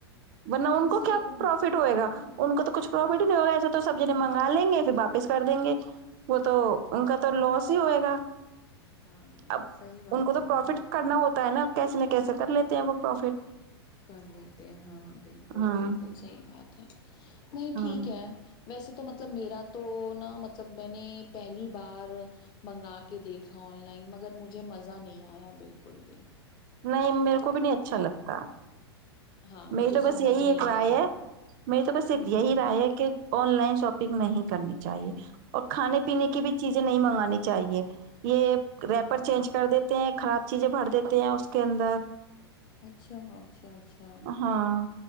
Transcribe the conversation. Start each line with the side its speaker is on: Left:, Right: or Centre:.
Right: ورنہ
Left: ہاں
Right: ان
Left: اسی
Right: کو کیا
Left: لیے تو
Right: پروفٹ ہوئے گا ان کو تو کچھ پروفٹ
Left: ہاں ہوں
Right: ہی نہیں ہوگا ایسا تو سب جنے منگا لیں گے پھر واپس کر دیں گے وہ تو ان کا تو لوس ہی ہوئے گا
Left: ہاں
Right: اب
Left: صحیح بات
Right: ان کو
Left: صحیح
Right: تو پروفٹ
Left: کہہ رہے
Right: کرنا
Left: ہیں،
Right: ہوتا ہے نا کیسے نہ کیسے کر لیتے ہیں وہ پروفٹ
Left: کر لیتے ہیں ہاں بالکل
Right: ہاں
Left: بالکل صحی بات ہے نہیں
Right: ہاں
Left: ٹھیک ہے ویسے تو تو مطلب میرا تو نا مطلب میں نے پہلی بار منگا کے دیکھا آن لائن مگر مجھے مزہ نہیں آیا بالکل بھی
Right: نہیں میرے کو بھی نہیں اچھا لگتا
Left: ہاں
Right: میری
Left: مجھے
Right: تو بس
Left: سمجھ
Right: یہی
Left: نہیں
Right: ایک رائے
Left: آیا
Right: ہے میری تو بس ایک
Left: ہوں
Right: یہی رائے ہے کہ آن لائن شاپنگ نہیں کرنی چاہیے اور کھانے
Left: ہاں
Right: پینے کی بھی چیز نہیں منگانی چاہیے یہ
Left: ہے
Right: ریپر
Left: نا
Right: چینج
Left: ہاں
Right: کر دیتے ہیں خراب چیزیں بھر دیتے ہیں اس کے اندر
Left: اچھا اچھا اچھا اچھا
Right: ہاں